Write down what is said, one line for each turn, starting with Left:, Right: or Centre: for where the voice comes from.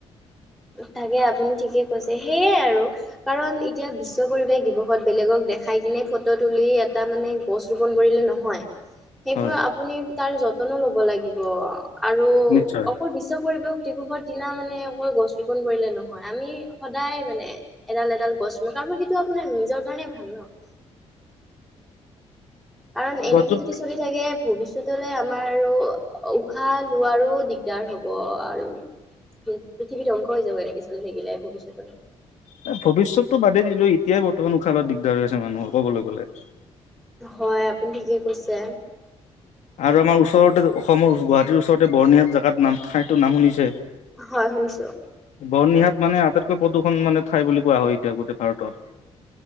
Centre: তাকে আপুনি ঠিকে কৈছে সেইয়াই আৰু কাৰণ এতিয়া বিশ্ব পৰিৱেশ দিৱসত বেলেগক দেখাই কিনে ফটো তুলি এটা মানে গছ ৰোপন কৰিলে নহয় সেইবোৰ
Left: হয়
Centre: আপুনি তাৰ যতনো লব লাগিব। আৰু
Left: নিশ্চয়
Centre: অকল বিশ্ব পৰিবেশ দিৱসৰ দিনা মানে অকল গছ ৰোপন কৰিলে নহয় আমি সদায় মানে এডাল- এডাল গছ ৰো কাৰণ সেইটো আপোনাৰ নিজৰ কাৰণে ভাল ন'। ন' <inaudible> কাৰণ এনেকে
Left: গছজোপ
Centre: যদি চলি থাকে ভৱিষ্যতলৈ আমাৰ আৰু উশাহ লোৱাৰো দিগদাৰ হ'ব আৰু। পৃথিৱী ধ্বংস হৈ যাব এনেকে চলি থাকিলে ভৱিষ্যতলে।
Left: নাই ভৱিষ্যতটো বাদেই দিলো এতিয়া বৰ্তমান উশালত দিগদাৰ আছে মানুহৰ কবলৈ গ'লে।
Centre: হয়, আপুনি ঠিকে কৈছে।
Left: আৰু আমাৰ ওচৰতে অসমৰ গুৱাহাটীৰ ওচৰতে বৰ্ণিহাট জেগাত নাম ঠাইতো নাম শুনিছে?
Centre: হয়, শুনিছো।
Left: বৰ্ণিহাট মানে আটাইতকৈ প্ৰদূষণ মানে ঠাই বুলি কোৱা হয় এতিয়া গোটেই ভাৰতত।